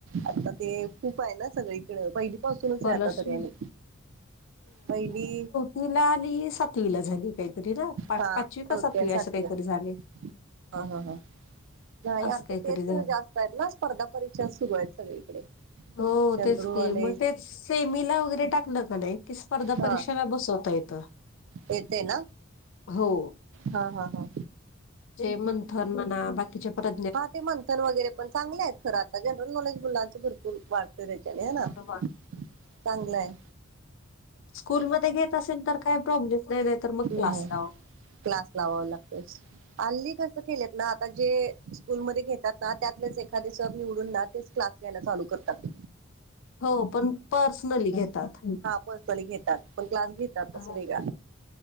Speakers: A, on the right; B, on the left.
A: आता ते... खूप आहे ना, सगळीकडं, पहिली पासूनच
B: स्कॉलरशिप
A: आहे आता तरीने पहिली.
B: तिला आली सातवीला झाली पाहिजे. तरी ना पा
A: हा
B: पाचवी कसवी
A: होते आणि सातवी
B: असे काहीतरी
A: असते
B: झाले.
A: हा हा हा नाही
B: असं
A: आता
B: काहीतरी
A: तेच
B: झालं
A: जास्त आहेत ना स्पर्धा परीक्षा सुरू आहेत सगळीकडे.
B: हो
A: जनरल
B: तेच
A: नॉलेज
B: क मग ते सेमीला वगैरे टाकलं का नाही की स्पर्धा
A: हा
B: परीक्षेला बसवता येत.
A: येते ना.
B: हो.
A: हा हा हा.
B: जे मंथन म्हणा बाकी कच्या पररा.
A: हा ते मंथन वगैरे पण चांगले आहेत खरं आता जनरल नॉलेज मुलांच भरपूर वाढत. ना
B: बरोबर
A: चांगलंय.
B: स्कूलमध्येध्ये घेत असेल तर काही प्रॉब्लेम् नाही नाही तर मग क्लास
A: नाही
B: लाव.
A: क्लास लावाव लागते अल्ली कसं ख केलेत ना. आता जे स्कूलमध्येध्ये घेतात ना त्यातलेच एखादे सर निवडून ना तेच क्लास घ्यायला चालू करतात.
B: हो पण पर्सनली घेतात.
A: कोर्सली घेतात पण क्लास घेतात
B: हा,
A: असं वेग